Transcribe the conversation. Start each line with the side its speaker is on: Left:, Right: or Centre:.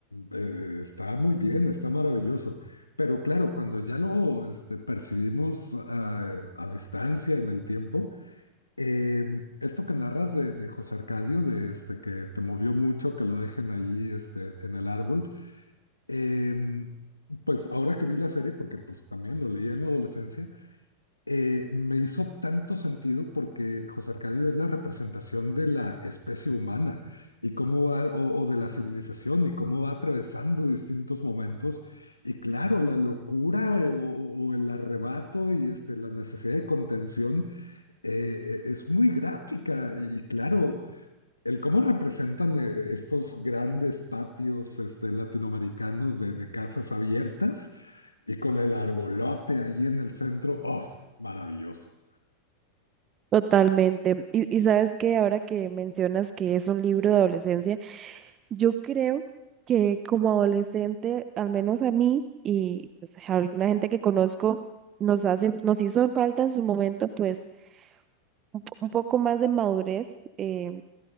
Left: eh, está muy bien, está maravilloso. Pero claro, cuando ya lo este, percibimos a, a distancia en el tiempo, eh, esto que narras de, de José Arcadio, de este que te movió mucho, que lo dejen ahí este, en el árbol, eh, pues ahora que vi la serie, porque pues también lo leí en la adolescencia, eh, me hizo tanto sentido porque José Arcadio es la representación de la especie humana y cómo va, o, o de la civilización y cómo va atravesando distintos momentos. Y claro, la locura eh, o, o- o el arrebato y este, la necesidad de contención eh, es muy gráfica y claro, el cómo representan eh, estos grandes patios este, latinoamericanos de, de casas abiertas y con el arbolote ahí en el centro, ¡oh! Maravilloso.
Right: Totalmente. Y, y sabes que ahora que mencionas que es un libro de adolescencia, Yo creo que como adolescente, al menos a mí y pues, a alguna gente que conozco, nos hace, nos hizo falta en su momento pues un, po- un poco más de madurez eh,